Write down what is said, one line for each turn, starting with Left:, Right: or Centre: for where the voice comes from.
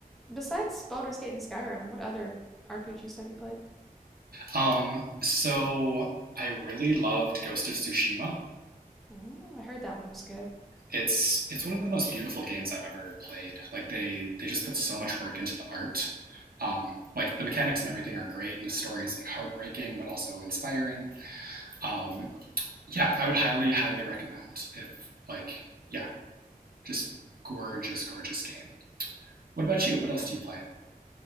Centre: Besides Baldur's Gate and Skyrim, what other RPGs have you played?
Right: Um so I really loved Ghost of Tsushima.
Centre: Oh, I heard that one was good.
Right: It's it's one of the most beautiful games I've ever played. Like they they just put so much work into the art. Um, like the mechanics and everything are great, and the story is like heartbreaking but also inspiring. Um, yeah, I would highly highly recommend if like yeah, just gorgeous gorgeous game. What about you? What else do you play?